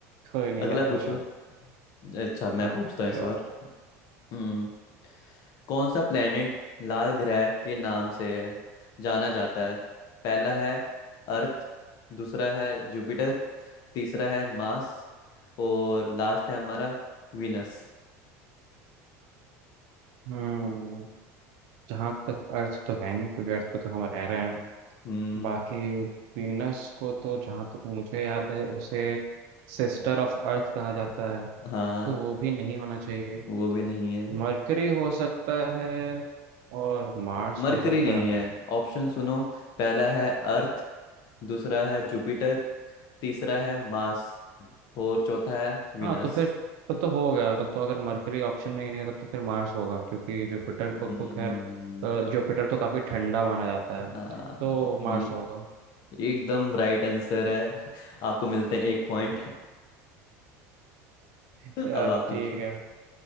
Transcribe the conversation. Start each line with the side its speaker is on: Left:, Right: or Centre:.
Right: कोई नहीं
Left: अगला
Right: आप
Left: पूछो
Right: पूछो
Left: अच्छा मैं
Right: हाँ
Left: पूछता
Right: पूछो
Left: हूँ इस बार
Right: आप
Left: हम्म कौन सा प्लेनेट लाल ग्रह के नाम से है जाना जाता है पहला है अर्थ दूसरा है जुपिटर तीसरा है मार्स और लास्ट है हमारा विनस
Right: हम्म जहाँ तक अर्थ तो है नहीं क्योंकि अर्थ पे तो हम रह रहे
Left: हम्म
Right: हैं
Left: हम्म,
Right: बाकी वीनस को तो जहाँ तक मुझे याद है उसे सिस्टर ऑफ अर्थ कहा जाता है
Left: हाँ
Right: तो वो भी नहीं होना चाहिए
Left: वो भी नहीं है
Right: मरकरी हो सकता है और मार्स
Left: मरकरी
Right: हो सकता
Left: नहीं है
Right: है
Left: ऑप्शन सुनो पहला है अर्थ दूसरा है जुपिटर तीसरा है मार्स और चौथा है विनस
Right: हाँ तो फिर तब तो हो गया तब तो अगर मरकरी ऑप्शन में ही नहीं है तब तो फिर मार्स होगा क्योंकि जुपिटर
Left: हम्म
Right: को तो खैर अ, जुपिटर तो काफी ठंडा माना जाता है
Left: आ,
Right: तो मार्स
Left: ये
Right: होगा
Left: एकदम राइट आंसर है <laughs> आपको मिलते हैं एक पॉइंट <laughs>
Right: अब
Left: अब आप पूछो
Right: ठीक है